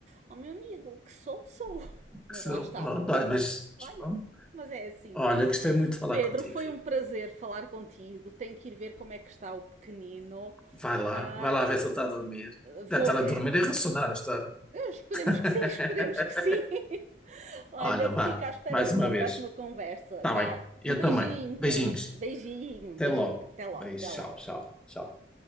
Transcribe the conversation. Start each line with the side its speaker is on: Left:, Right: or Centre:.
Right: ó meu amigo, que sou, sou. Mas
Centre: que sou,
Right: lá está.
Centre: pronto, olha, mas mas
Right: Olha,
Centre: pronto.
Right: mas é assim.
Centre: Olha, gostei muito de falar
Right: Pedro,
Centre: contigo,
Right: foi
Centre: Rita.
Right: um prazer falar contigo. Tenho que ir ver como é que está o pequenino.
Centre: Vai lá,
Right: Ah,
Centre: vai lá ver se ele está a dormir.
Right: vou
Centre: Deve estar
Right: ver.
Centre: a dormir e a ressonar a história.
Right: Eh, Esperemos
Centre: <laughs>
Right: que sim, <laughs> esperemos que sim. <laughs> Olha,
Centre: Olha, vá,
Right: fica à espera
Centre: mais
Right: de
Centre: uma
Right: uma
Centre: vez.
Right: próxima conversa.
Centre: Está
Right: Vá,
Centre: bem, eu
Right: um beijinho,
Centre: também. Beijinhos.
Right: Pedro. Beijinho,
Centre: Até
Right: beijinho.
Centre: logo.
Right: Até logo,
Centre: Beijo,
Right: até logo.
Centre: tchau, tchau, tchau.